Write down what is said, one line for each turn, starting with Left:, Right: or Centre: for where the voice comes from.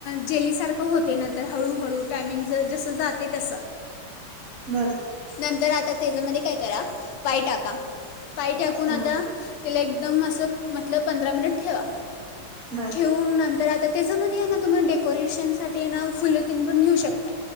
Left: जेली सारख होतय तर हळूहळू टायमिंग जस जाते तस
Right: बर
Left: नंतर आता त्याच्यामध्ये काय करा पाय टाका पाय टाकून
Right: हा
Left: आता त्याला एकदम अस म्हटल पंधरा मिनिट ठेवा
Right: बर
Left: ठेवून नंतर आ तर त्याच्यामध्ये आहे ना तुम्ही डेकोरेशनसाठी ना फुलं तिन पण घेऊ शकता.